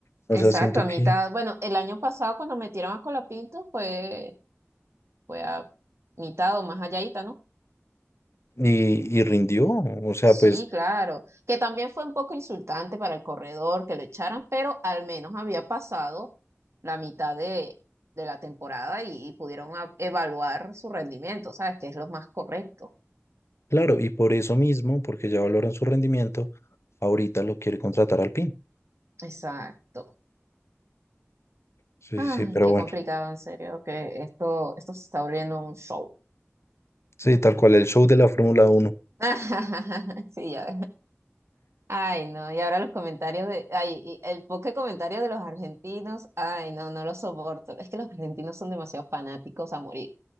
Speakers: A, on the left; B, on the right.
A: o
B: Exacto,
A: sea, siento
B: a mitad.
A: que...
B: Bueno, el año pasado cuando metieron a Colapinto fue, fue a mitad o más allá, ¿no?
A: Y, y rindió, o sea,
B: Sí,
A: pues
B: claro, que también fue un poco insultante para el corredor que lo echaran, pero al menos había pasado la mitad de, de la temporada y, y pudieron a- evaluar su rendimiento, ¿sabes? Que es lo más correcto.
A: claro, y por eso mismo, porque ya valoran su rendimiento, ahorita lo quiere contratar al
B: Exacto.
A: Sí,
B: Ay,
A: sí, sí, pero
B: qué
A: bueno.
B: complicado, en serio, que esto, esto se está volviendo un show.
A: Sí, tal cual, el show de la Fórmula Uno,
B: <laughs> Sí, ya. Ay, no, y ahora los comentarios de, ay, y el poco comentario de los argentinos, ay, no, no lo soporto. Es que los argentinos son demasiado fanáticos a morir.